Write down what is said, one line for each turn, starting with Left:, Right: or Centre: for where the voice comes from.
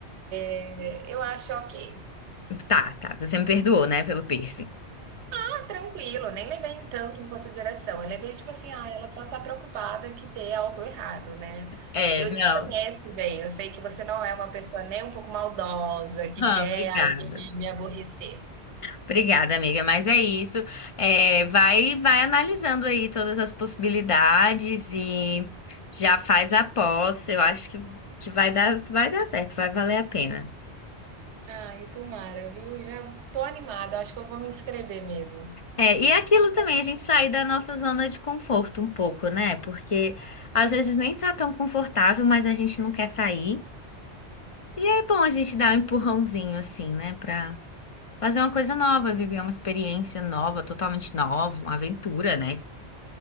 Right: eh, eu acho ok.
Left: tá, tá. Você me perdoou, né, pelo piercing.
Right: Ah, tranquilo, nem levei em tanto em consideração, eu levei tipo assim: "Ah, ela só tá preocupada que dê algo errado, né".
Left: É,
Right: Eu
Left: não.
Right: te conheço bem, eu sei que você não é uma pessoa nem um pouco maldosa, que
Left: Ah,
Right: quer
Left: obrigada.
Right: ali me aborrecer.
Left: Obrigada, amiga, mas é isso. É, vai, vai analisando aí todas as possibilidades e já faz a aposta. Eu acho que, que vai dar, vai dar certo, vai valer a pena.
Right: Ai, tomara, viu? Já tô animada, acho que eu vou me inscrever mesmo.
Left: É, e aquilo também, a gente sair da nossa zona de conforto um pouco, né? Porque às vezes nem tá tão confortável, mas a gente não quer sair. E é bom a gente dar um empurrãozinho assim, né? Pra fazer uma coisa nova, viver uma experiência nova, totalmente nova, uma aventura, né?